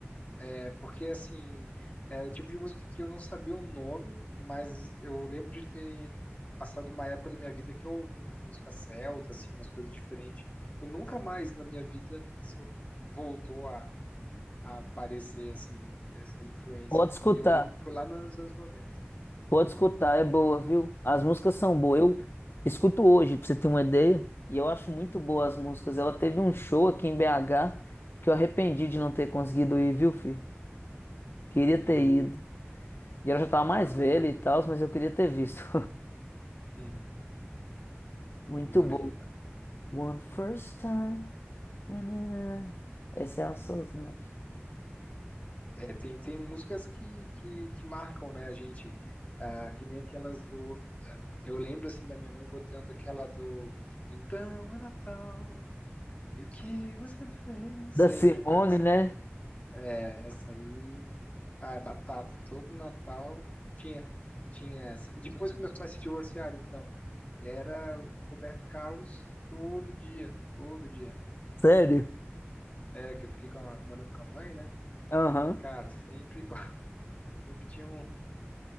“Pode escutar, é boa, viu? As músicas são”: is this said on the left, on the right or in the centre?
Left